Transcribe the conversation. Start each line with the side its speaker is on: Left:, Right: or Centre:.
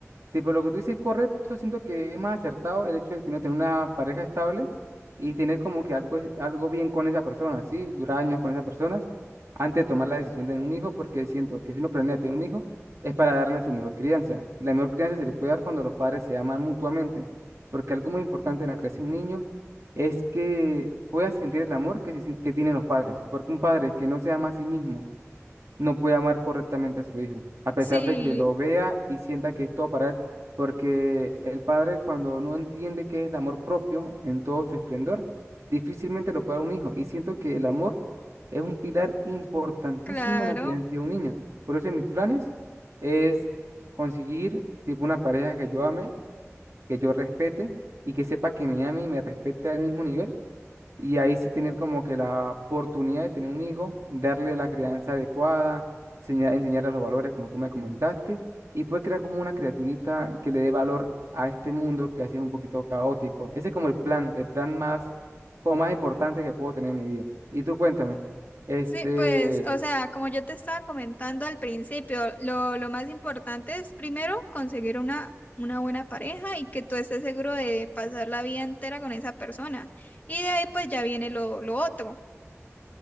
Right: Tipo, lo que tú dices es correcto, siento que es más acertado el hecho de que uno tener una pareja estable y tener como que algo, algo bien con esa persona, ¿sí? Durar años con esas personas antes de tomar la decisión de tener un hijo, porque siento que si uno planea tener un hijo es para darle su mejor crianza. Y la mejor crianza se le puede dar cuando los padres se aman mutuamente, porque algo muy importante en la creación de un niño es que pueda sentir el amor que, se sien- que tienen los padres, porque un padre que no se ama a sí mismo, no puede amar correctamente a su hijo, a pesar
Left: Sí,
Right: de que lo vea y sienta que es todo para él, porque el padre cuando no entiende qué es el amor propio en todo su esplendor, difícilmente lo puede dar a un hijo. Y siento que el amor es un pilar importantísimo
Left: claro.
Right: en la crianza de un niño. Por eso en mis planes es conseguir tipo una pareja que yo ame, que yo respete y que sepa que me ame y me respete al mismo nivel y ahí sí tener como que la oportunidad de tener un hijo, darle la crianza adecuada, enseña- enseñarle los valores como tú me comentaste, y pues crear como una criaturita que le dé valor a este mundo que a veces es un poquito caótico. Ese es como el plan, el plan más, como más importante que puedo tener en mi vida. Y tú cuéntame, este,
Left: Sí, pues, o sea, como yo te estaba comentando al principio, lo, lo más importante es primero conseguir una, una buena pareja y que tú estés seguro de pasar la vida entera con esa persona. Y de ahí pues ya viene lo, lo otro.